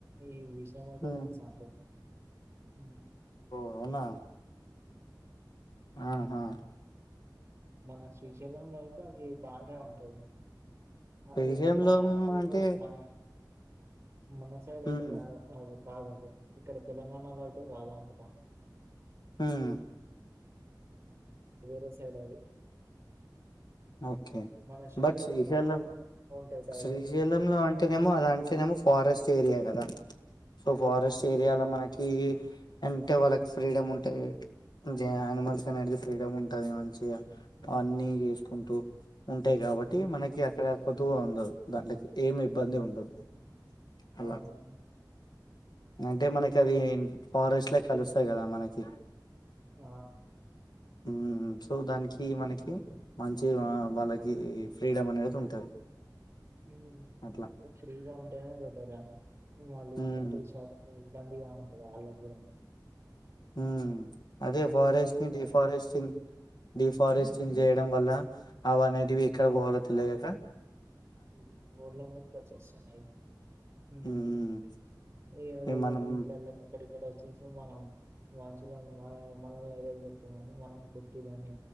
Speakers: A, on the right; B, on the left.
A: ఈ వి మతే
B: ఓ
A: తెలుసు అంతే ఉమ్
B: అవునా ఆ
A: హ్మ్.
B: ఆ
A: మన శ్రీశైలంలో అయితే అది బానే ఉంటది కాదు
B: శ్రీశైలం
A: నా ఏదో
B: అంటే
A: మన మన సైడ్
B: హ్మ్
A: అయితే కాదు అది కాదు అది ఇక్కడ తెలంగాణలో అయితే కాదనుకుంటాం
B: ఉమ్
A: వేరే సైడ్ అదీ
B: ఓకే
A: మన శ్రీశైలంలో
B: బట్ శ్రీశైలం
A: గూడా ఉంటాయి టైగర్స్.
B: శ్రీశైలంలో అంటేనేమో అది అంటేనేమో ఫారెస్ట్ ఏరియా కదా సో ఫారెస్ట్
A: హ్మ్.
B: ఏరియాలో మన ఈ అంటే వాళ్ళకి ఫ్రీడమ్ ఉంటవి జే అనిమల్స్
A: హ్మ్.
B: కానేది ఫ్రీడమ్ ఉం ఉంటది మంచిగా
A: హ్మ్.
B: అన్ని యూ ఉంటూ ఉంటాయి కాబట్టి
A: హ్మ్.
B: మనకి అక్కడ కొదువ ఉండదు దాంట్లకి ఏమి
A: హ్మ్.
B: ఇబ్బంది
A: హ్మ్.
B: ఉండదు అలా
A: అవును.
B: అంటే మనకి అది ఫారెస్ట్ లో కలుస్తాయి కదా మనకి
A: ఆ
B: హ్మ్ సో దానికి మనకి మంచి వాళ్ళకి ఫ్రీడమ్ అనేది ఉంటది
A: హ్మ్
B: అట్లా
A: ఫ్రీగా ఉంటేనే బెటర్ రా మళ్ళీ
B: మ్మ్
A: కట్టేస ఇబ్బందిగా ఉంటది వాళ్ళకి కూడాను
B: హ్మ్ అదే ఫారెస్ట్
A: కూడా
B: ని డిఫారెస్టింగ్
A: అట్లా
B: డిఫారెస్ట్ంగ్ చేయడం వల్ల అవనేటి ఎక్కడ పోవాల తెలవక
A: రోడ్ లా మీదకి వచ్చేస్తున్నాయి హ్మ్
B: మ్మ్
A: ఎవరెవరో
B: మనం
A: ఇళ్లలో అక్కడక్కడ వచ్చే మనం మనుషులో మన మనల్ని ఏదో చేతుంది అని మనం కొట్టి దాన్ని